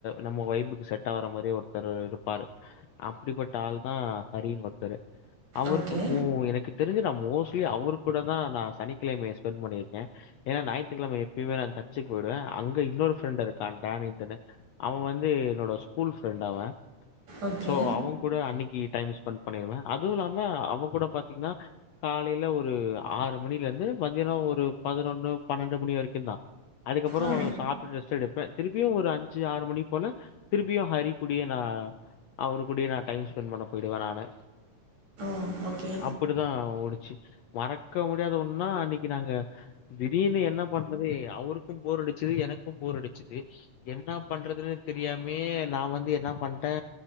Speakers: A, on the left; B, on the right.
A: நம்ம வைப்புக்கு செட் ஆகற மாதிரி ஒருத்தர் இருப்பாரு அப்டிப்பட்ட ஆள் தா ஹரினு ஒருத்தரு அவருக்குமோ
B: ஓகே
A: எனக்கு தெரிஞ்சு நா மோஸ்ட்லி அவரு கூட தா நா சனிக்கிழமே ஸ்பெண்ட் பண்ணிருக்கே ஏ ஞாயித்துக்கெழம எப்பயுமே நா சர்சுக்கு போயிருவே அங்க இன்னொரு ஃப்ரெண்டு இருக்கான் டேமிட்ன்னு அவன் வந்து என்னோட ஸ்கூல் ஃப்ரெண்ட் அவன்
B: ஓகே
A: சோ அவங் கூட அன்னைக்கு டைம் ஸ்பெண்ட் பண்ணிருவே அதுவு இல்லாம அவன் கூட பாத்தீங்கனா காலைல ஒரு ஆறு மணில இருந்து மதியானோ ஒரு பதினொன்னு பன்னெண்டு மணி வரைக்கு தா அதுக்கப்புறோ
B: ஆ
A: சாப் பிட்டு ரெஸ்ட் எடுப்பே திருப்பியு ஒரு அஞ்சு ஆறு மணி போல திருப்பியு ஹரி கூடியே நா அவரு கூடயே நா டைம் ஸ்பெண் பண்ண போயிடுவே நானு
B: ஆ ஓகே
A: அப்படித்தா ஓடுச்சு மறக்க முடியாத ஒன்னா அன்னைக்கு நாங்க திடீர்னு என்ன பண்றது அவருக்கு போர் அடிச்சது எனக்கு போர் அடிச்சது என்ன பண்றதுன்னே தெரியாமே நா வந்து என்ன பண்ணிட்டே